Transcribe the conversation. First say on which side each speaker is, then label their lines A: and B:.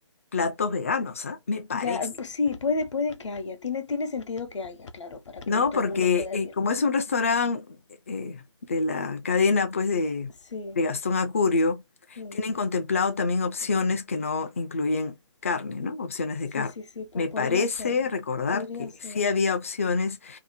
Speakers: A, on the left; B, on the left.
A: platos veganos, ¿ah? Me parece,
B: Ya, pues sí, puede, puede que haya. Tiene, tiene sentido que haya, claro, para que
A: ¿no?
B: todo
A: Porque
B: el mundo pueda
A: eh,
B: ir.
A: como es un restaurante eh, de la cadena, pues, de,
B: Sí,
A: de Gastón Acurio,
B: sí,
A: tienen contemplado también opciones que no incluyen carne, ¿no? Opciones de
B: sí,
A: carne.
B: sí, sí, po-
A: Me parece
B: podría ser,
A: recordar
B: podría
A: que
B: ser.
A: sí había opciones